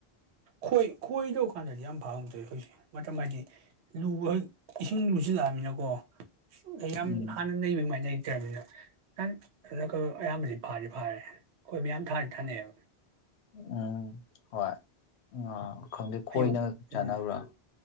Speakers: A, on the right (about 75°); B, on the left (about 80°).
A: ꯈꯣꯏ ꯈꯣꯏ ꯇꯧ ꯀꯥꯟꯗꯗꯤ ꯌꯥꯝ ꯐꯥꯕ ꯇꯧꯋꯦ ꯍꯧꯖꯤꯛꯁꯦ ꯃꯇꯝ ꯍꯥꯏꯗꯤ ꯂꯨꯕ ꯍ ꯏꯁꯤꯡ ꯂꯨꯁꯤꯜꯂꯛꯑꯃꯤꯅꯀꯣ ꯑꯩ ꯌꯥꯝ
B: ꯎꯝ
A: ꯍꯥꯟꯅ ꯅꯩꯕ ꯑꯗꯨꯃꯥꯏꯅ ꯔꯃꯤꯅ ꯅꯍꯪ ꯑꯌꯥꯝꯕꯗꯤ ꯐꯥꯔꯤ ꯐꯥꯔꯦ ꯑꯩꯈꯣꯏ ꯃꯌꯥꯝ ꯊꯥꯔꯤ ꯊꯥꯅꯩꯑꯕ
B: ꯎꯝ ꯍꯣꯏ ꯑ ꯈꯪꯗꯦ ꯈꯣꯏꯅꯒ
A: ꯑꯌꯨꯛ
B: ꯆꯥꯟꯅꯕ꯭ꯔꯥ
A: ꯎꯝ